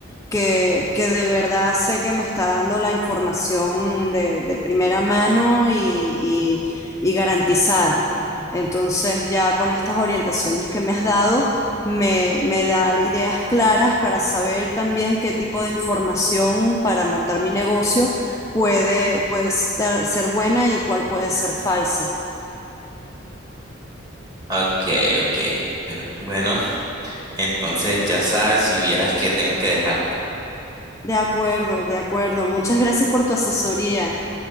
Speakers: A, on the left; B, on the right.
A: que, que de verdad sé que me está dando la información de, de primera mano y, y- y garantizada. Entonces, ya con estas orientaciones que me has dado, me, me da ideas claras para saber también qué tipo de información para montar mi negocio puede, puede estar- ser buena y cuál puede ser falsa.
B: Ok, ok. Pero bueno, entonces ya sabes si vieras que tengo que dejarte.
A: De acuerdo, de acuerdo. Muchas gracias por tu asesoría.